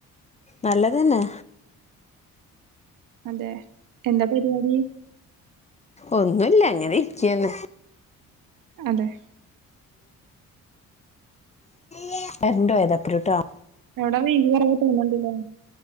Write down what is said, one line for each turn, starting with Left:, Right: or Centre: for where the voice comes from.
Left: നല്ലതന്നെ
Right: അതെ എന്താ പരിപാടി
Left: ഒന്നുല്ല ഇങ്ങനെ ഇരിക്കന്നെ
Right: അതെ
Left: <unintelligible>
Right: അവിട വീതികുറവ് തോന്നൊണ്ടില്ലേ